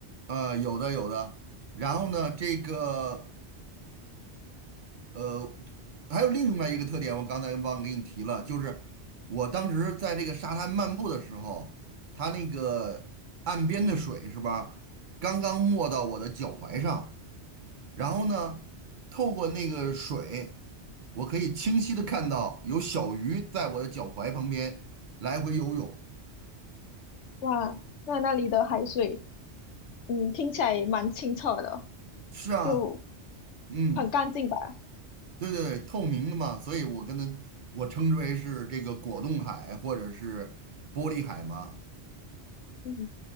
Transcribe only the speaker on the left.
哇，那那里的海水，嗯，听起来蛮清澈的，
就
很干净吧？
嗯，